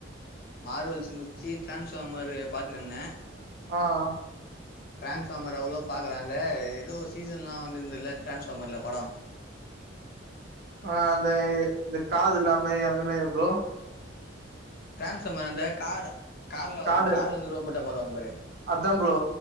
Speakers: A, on the left; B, on the right.
A: மார்வெல்ஸ் முடிச்சு டிரான்ஸ்ஃபார்மர் பாத்துனுருந்தேன்
B: ஆஹ்
A: ட்ரான்ஸ்ஃபார்மர் அவ்ளோவா பாக்கல அந்த ஏதோ ஒரு சீசன் லாம் வந்திருந்துதுல டிரான்ஸ்ஃபார்மர்ல படம் <inaudible>
B: ஆஹ் அந்த இந்த காது இல்லாம அந்த மாதிரியா ப்ரோ
A: டரான்ஸ்ஃபார்மர் அந்த கார் கார்ல வரும்
B: கார்டு
A: கார்லருந்து ரோபோட்டு வருவாங்க பாரு
B: அதா ப்ரோ